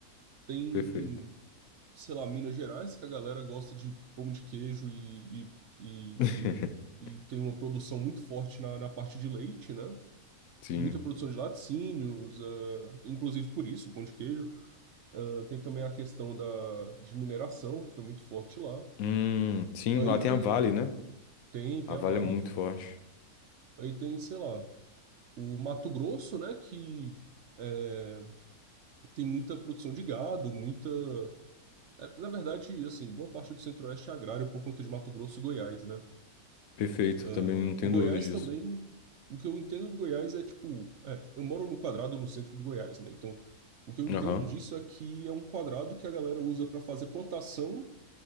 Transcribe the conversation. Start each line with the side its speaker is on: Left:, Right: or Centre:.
Right: Tem,
Left: perfeito.
Right: sei lá, Minas Gerais, que a galera gosta de pão de queijo e, e, e,
Left: <laughs>
Right: e, e tem uma produção muito forte na, na parte de leite, né?
Left: Sim.
Right: Muita produção de laticínios, eh, inclusive por isso, pão de queijo. Ah, tem também a questão da, de mineração, que foi muito forte lá.
Left: Hum, sim,
Right: Aí
Left: lá tem
Right: tem,
Left: a Vale, né?
Right: tem, tem
Left: A
Right: a
Left: Vale
Right: Vale.
Left: é muito forte.
Right: Aí tem, sei lá, o Mato Grosso, né, que é, tem muita produção de gado, muita... é, na verdade, assim, boa parte do Centro-Oeste é agrário por conta de Mato Grosso e Goiás, né?
Left: Perfeito, também
Right: Ah,
Left: não tenho
Right: o Goiás
Left: dúvidas disso.
Right: também... O que eu entendo do Goiás é, tipo... é, eu moro num quadrado no centro do Goiás, né? Então, o que eu entendo
Left: Aham,
Right: disso é que é um quadrado que a galera usa para fazer plantação